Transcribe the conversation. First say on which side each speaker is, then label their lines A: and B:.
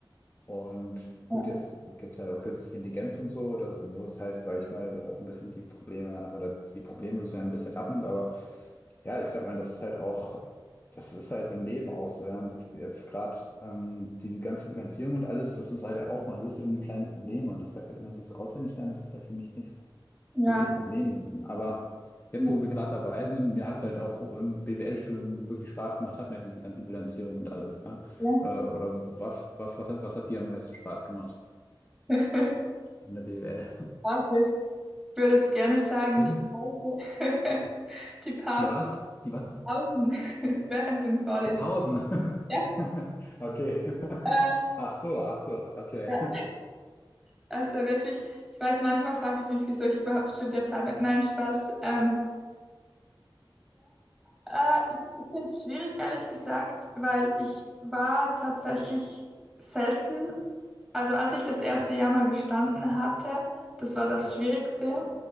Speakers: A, on the left; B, in the centre.
A: Und gut,
B: ja,
A: jetzt gibt es halt auch künstliche Intelligenz und so, oder so, wo es halt, sage ich mal, auch ein bisschen die Probleme oder die Problemlösung ein bisschen abnimmt. Aber ja, ich sag mal, das ist halt auch, das ist halt im Leben auch so, ja. Und jetzt gerade ähm, diese ganze Finanzierung und alles, das ist halt auch, man löst irgendwie kleine Probleme. Und ich sage halt immer, dieses Auswendiglernen, das ist halt für mich nicht so
B: Ja,
A: wirklich Problem lösen. Aber jetzt,
B: ja,
A: wo wir gerade dabei sind, mir hat es halt auch im BWL-Studium wirklich Spaß gemacht, hat mir diese ganze Bilanzierung und alles. Ja?
B: ja.
A: Oder, oder was, was, was, hat- was hat dir am meisten Spaß gemacht
B: <laughs>
A: an der BWL?
B: Warte. ich würde jetzt gerne sagen,
A: Bin?
B: die Pause, <laughs> die Pause,
A: Die was? Die was?
B: Pausen <laughs> während den Vorlesungen.
A: Die Pausen.
B: Ja,
A: <laughs> Okay. <laughs>
B: äh,
A: Ach so, ach so, okay.
B: ja. Also wirklich, ich weiß, manchmal frage ich mich, wieso ich überhaupt studiert habe. Nein, Spaß. Ähm, Äh, ich finde es schwierig, ehrlich gesagt, weil ich war tatsächlich selten, also als ich das erste Jahr mal bestanden hatte, das war das Schwierigste,